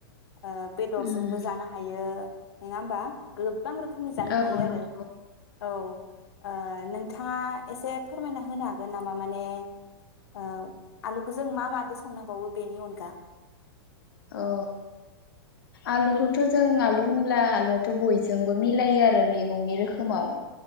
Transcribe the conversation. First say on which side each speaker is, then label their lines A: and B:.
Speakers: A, on the left; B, on the left.
A: ओ बेदरजोंबो
B: उम
A: जानो हायो। नोङा होमबा? गोबां रोखोमनि जानो
B: औ
A: हायो
B: नंगौ
A: आरो औ ओ नों थाङा एसे फोरमायना होनो हागोन नामा माने ओ आलुखौ जों मा मादो संनो हाबावो? बेनि अनगा
B: औ आलुखौथ' जों आलु होनब्ला आलुआथ' बयजोंबो मिलायो आरो मैगंनि रोखोमाव।